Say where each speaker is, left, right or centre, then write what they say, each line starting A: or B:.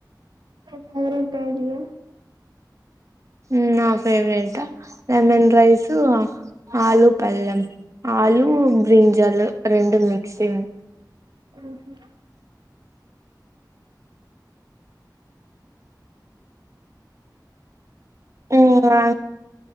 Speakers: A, on the right (about 70°); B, on the right (about 45°).
A: ఫేవరెట్ ఏరియా
B: ఉమ్ నా ఫేవరెట్ లెమన్ రైస్ ఆలు పల్లెం ఆలు బ్రింజాలు రెండు మిక్సింగ్
A: ఓహో
B: ఇంగా